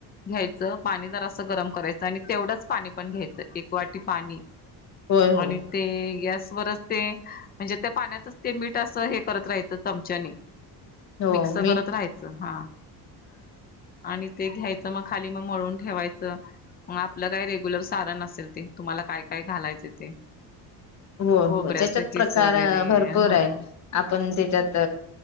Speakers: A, on the left; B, on the left.
A: घ्यायचं पाणी दर असं गरम करायचं आणि तेवढंच पाणी पण घ्यायचं एक वाटी पाणी
B: होय हो
A: आणि ते गॅस ते म्हणजे त्या पाण्यातच ते मीठ असं हे करत राहायचं चमच्यानी
B: हो
A: मिक्स
B: मी
A: करत राहायचं हा आणि ते घ्यायचं मग खाली मग मळून ठेवायचं मग आपलं काय रेग्युलर सारण असेल ते तुम्हाला काय काय घालायचं ते
B: हो
A: खोबऱ्याच
B: हो त्याच्यात
A: किस
B: प्रकार
A: वगैरे
B: भरपूर
A: होय
B: आहे आपण त्याच्यात